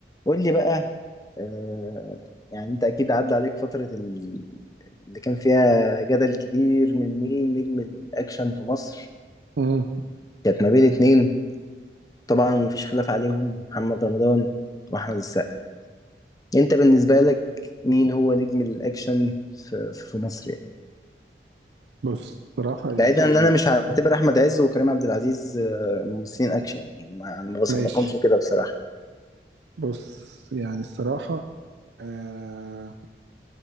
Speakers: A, on the left; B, on the right.
A: قول لي بقى آه يعني انت اكيد عدى عليك فترة ال- اللي كان فيها جدل كبير من مين نجم الاكشن في مصر
B: امم
A: كانت ما بين اتنين طبعا مفيش خلاف عليهم محمد رمضان واحمد السقا انت بالنسبة لك مين هو نجم الاكشن في, في مصر يعني
B: بص صراحة يعني
A: بعيدا ان انا مش هعتبر احمد عز وكريم عبد العزيز آه، ممثلين اكشن يعني ما انا ما بصنفهمش
B: ماشي
A: كده بصراحة
B: بص يعني الصراحة آه